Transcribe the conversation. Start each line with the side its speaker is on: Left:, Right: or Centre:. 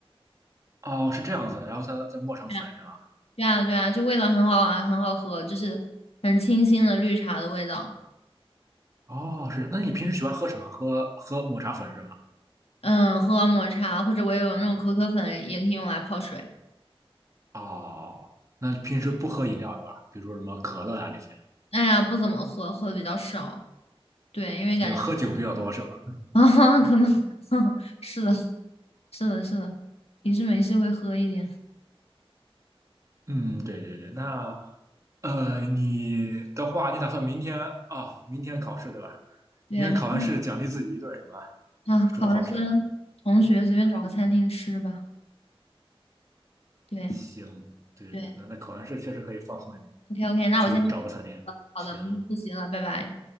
Right: 哦，是这样子，然后再再磨上粉是吧？
Left: 对呀对啊，对啊，就味道很好啊，很好喝，就是很清新的绿茶的味道。
Right: 哦，是。那你平时喜欢喝什么？喝喝抹茶粉是吧？
Left: 嗯，喝抹茶或者我也有那种可可粉，也可以用来泡水。
Right: 哦，那平时不喝饮料对吧？比如说什么可乐啊这些，
Left: 哎呀，不怎么喝，喝的比较少。对，因为感觉
Right: 你们喝酒比较多是吧？
Left: <laughs> 啊，可能 <laughs> 是的，是的，是的，平时没事会喝一点。
Right: 嗯，对对对。那呃，你的话，你打算明天啊、哦明天考试对吧？
Left: 对，
Right: 你看考完试奖励自己一顿什么
Left: 明天啊，考完试跟同学随便找个餐厅吃吧。
Right: 什么好吃的？
Left: 对
Right: 行，对对，
Left: 对
Right: 那那考完试确实可以放松一点，
Left: ，OK OK，那我先去，
Right: 去找个餐厅。
Left: 好的，
Right: 行，
Left: 我先去复习了，拜拜。